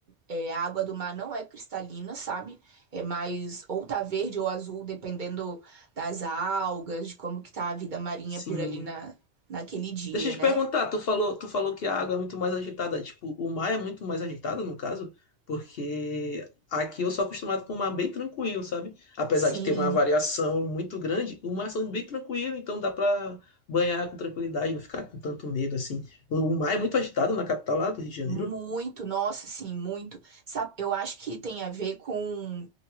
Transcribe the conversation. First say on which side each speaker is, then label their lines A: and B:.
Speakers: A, on the right; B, on the left.
A: É, a água do mar não é cristalina, sabe? É mais ou tá verde ou azul, dependendo das algas, de como que tá a vida marinha
B: sim.
A: por ali na, naquele dia,
B: Deixa eu
A: né?
B: te perguntar, tu falou, tu falou que a água é muito mais agitada. Tipo, o mar é muito mais agitado, no caso, porque aqui eu sou acostumado com o mar bem tranquilo, sabe? Apesar
A: Sim,
B: de ter uma variação muito grande, o mar é bem tranquilo, então dá pra banhar com tranquilidade, não ficar com tanto medo assim. O mar é muito agitado na capital lá do Rio de Janeiro.
A: muito, nossa, sim, muito. Sabe, eu acho que tem a ver com.